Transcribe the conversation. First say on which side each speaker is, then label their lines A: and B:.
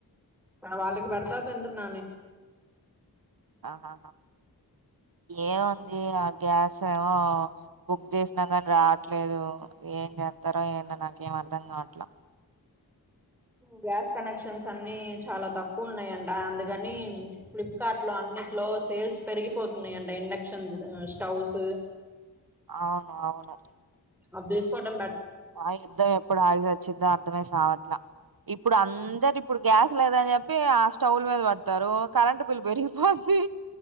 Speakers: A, in the centre; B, on the right (about 60°).
A: వాళ్ళకి పెడతా తింటున్న
B: ఆహా ఏముంది ఆ గ్యాస్ ఏమో బుక్ చేసినా కానీ రావట్లేదు ఏం చేస్తారో ఏందో నాకు ఏం అర్థం కావట్లే
A: గ్యాస్ కనెక్షన్స్ అన్ని చాలా తక్కువ ఉన్నాయంట అందుకని ఫ్లిప్కార్ట్ లో అన్నిట్లో సేల్స్ పెరిగిపోతున్నాయంట ఇండక్షన్స్ స్టవ్స్
B: అవును అవును
A: ఆ దేస్పాటం
B: ఆ యుద్ధం ఎప్పుడు ఆగి సచ్చిద్ధో అర్ధమై సావట్లా ఇప్పుడు అందరు ఇప్పుడు గ్యాస్ లేదని చెప్పి ఆ స్టవ్ల మీద పడతారు కరెంట్ బిల్ పెరిగిపోద్ది